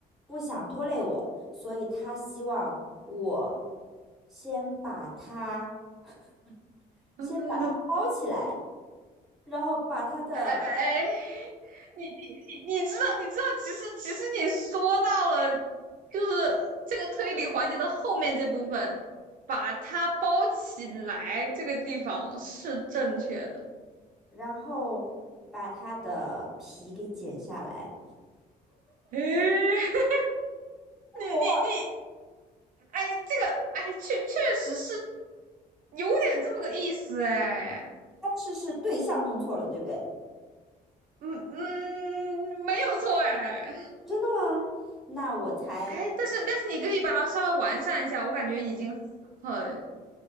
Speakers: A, in the centre; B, on the right.
A: 不想拖累我，所以他希望我先把他 <laughs> 先把他包起来，
B: <laughs>
A: 然后把他的。
B: 哎哎哎，你你你你知道你知道，其实其实你说到了，就是这个推理环节的后面这部分，把它包起来，这个地方是正确的。
A: 然后把它的皮给剪下来。
B: 哎，<laughs> 你你你，
A: 我忘了，
B: 哎，这个哎，确确实是有点这么个意思哎。
A: 但是是对象弄错了，对不对？
B: 嗯嗯，没有错哎
A: 真的吗？那我猜，
B: 哎，但是但是你可以把它稍微完善一下，我感觉已经很